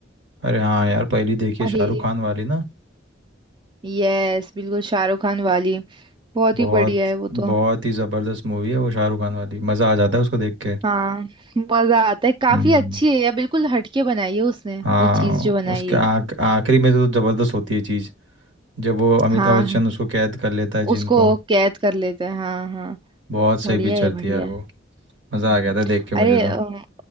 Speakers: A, on the right (about 70°); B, on the right (about 25°).
A: अरे हाँ यार पहली देखी
B: पहेली
A: है शाहरुख खान वाली ना
B: यस बिल्कुल शाहरुख खान वाली बहुत ही
A: बहुत
B: बढ़िया है वो तो
A: बहुत ही ज़बरदस्त मूवी है वो शाहरुख खान वाली मज़ा आ जाता है उसको देख के
B: हाँ मजा आता है काफी
A: हम्म
B: अच्छी है यार बिल्कुल हटके बनाई है उसने
A: हाँ
B: वो चीज जो बनाई
A: उसके
B: है
A: आख आखिरी में तो ज़बरदस्त होती है चीज़ जब वो अमिताभ
B: हाँ
A: बच्चन उसको कैद कर लेता है जिनको
B: उसको कैद कर लेते हैं हाँ हाँ
A: बहुत सही
B: बढ़िया
A: पिक्चर
B: है बढ़िया
A: थी यार वो
B: है हम्म,
A: मज़ा आ गया था देख के
B: अरे
A: मुझे तो
B: अ,